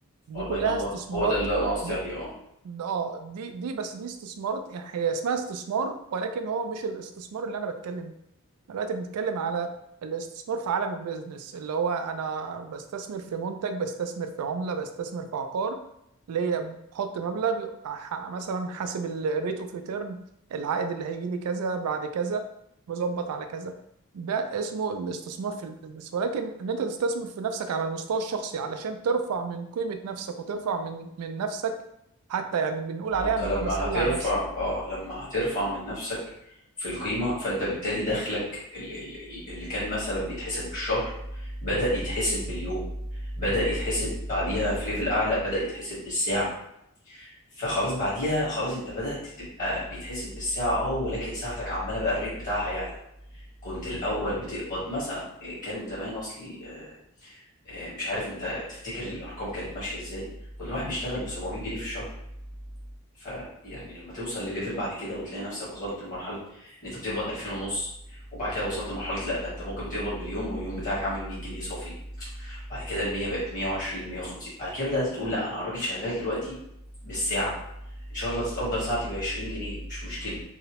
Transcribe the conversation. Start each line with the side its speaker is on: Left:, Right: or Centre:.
Right: دي
Left: الله
Right: كلها
Left: ينور
Right: استثمارات
Left: هو ده اللي انا قصدي
Right: دي
Left: عليه اه
Right: اه دي دي بس دي استثمارات يعني هي اسمها استثمار ولكن هو مش الاستثمار اللي انا بتكلم دلوقتي بنتكلم على الاستثمار في عالم البيزنس اللي هو انا بستثمر في منتج بستثمر في عملة بستثمر في عقار ليا بحط مبلغ ح- مثلا حاسب الريت اوف ريتيرن العائد اللي هيجي لي كذا بعد كذا مظبط على كذا ده اسمه الاستثمار في البيزنس ولكن ان انت تستثمر في نفسك على المستوى الشخصي علشان ترفع من قيمة نفسك وترفع من من نفسك حتى يعني بنقول
Left: هو
Right: عليها
Left: انت
Right: ان
Left: لما
Right: انا بسلع
Left: هترفع
Right: نفسي
Left: اه لما هترفع من نفسك في القيمه فانت بالتالي دخلك ال- ال- ال- اللي كان مثلا بيتحسب بالشهر بدا يتحسب باليوم بدا يتحسب بعديها في ليفل اعلى بدا يتحسب بالساعه فخلاص بعديها خلاص انت بدات تبقى بيتحسب بالساعه اه ولكن ساعتك عماله بقى الريت بتاعها يعلى كنت الاول بتقبض مثلا إيه، كان زمان اصلي آه، آه، مش عارف انت تفتكر الارقام كانت ماشيه ازاي كنت الواحد بيشتغل ب 700 جنيه في الشهر فيعني لما توصل لليفل بعد كده وتلاقي نفسك وصلت لمرحله ان انت بتقبض 2000 ونص وبعد كده وصلت لمرحله لا ده انت ممكن تقبض باليوم واليوم بتاعك عامل 100 جنيه صافي بعد كده ال 100 بقت 120 150 بعد كده بدات تقول لا انا راجل شغال دلوقتي بالساعه ان شاء الله تتقدر ساعتي ب 20 جنيه مش مشكله